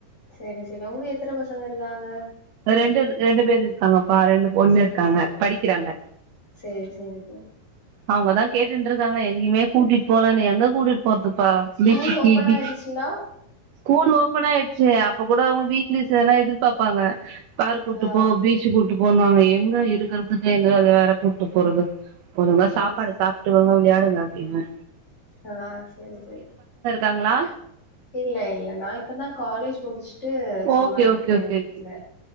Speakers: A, on the left; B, on the right.
A: சேரி செரி உங்க எத்தன பசங்க இருக்காங்க
B: ரெண்டு ரெண்டு பேர் இருக்காங்கப்பா ரெண்டு பொண்ணு
A: சரி
B: இருக்காங்க
A: சரி
B: படிக்ககறாங்க
A: சரி சரி தோழி
B: அவுங்கதா கேட்டுன்ட்டு இருக்காங்க எங்கயுமே கூட்டிட்டு போலன்னு எங்க கூட்டு போதுப்பா
A: ஸ்கூல்
B: பீச்சுக்கு
A: ஓபன்
B: பீச்ச
A: ஆயிடுச்சுங்களா
B: ஸ்கூல் ஓப்பன் ஆயிடுச்சு அப்போ கூட அவுங்க வீக்லி சனா எதிர்பாப்பாங்க உ <unintelligible> பார் கூட்டு
A: ஆ
B: போ பீச்சு கூட்டு போ போண்ணுவாங்க என்ன இ இருக்கறத்து இது அது வேற கூட்டு போறது ஒழுங்கா
A: சரி
B: சாப்பாடு சாப்டுட்டு ஒழுங்கா விளயாடு நாட்டிம்மே
A: சா சரி சரி
B: காங்ளா
A: இல்ல இல்ல நா இப்பதா காலேஜ் முடிச்சுட்டு சும்மா
B: ஓகே
A: இருக்குறேன்
B: ஓகே ஓகே
A: வீட்ல
B: ஓகே